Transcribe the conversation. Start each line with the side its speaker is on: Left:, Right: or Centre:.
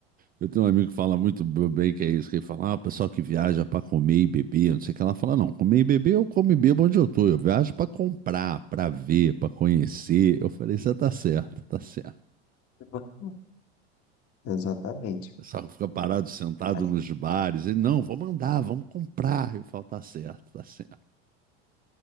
Right: Eu tenho um amigo que fala muito bem que é isso, que ele fala, ah, o pessoal que viaja para comer e beber, não sei o que, ela fala, não, comer e beber eu como e bebo onde eu tô, eu viajo para comprar, para ver, para conhecer. Eu falei, você tá certo, tá certo.
Left: <laughs> Exatamente.
Right: O pessoal fica parado, sentado
Left: A gente-
Right: nos bares, ele, não, vamos andar, vamos comprar. Eu falo, tá certo, tá certo.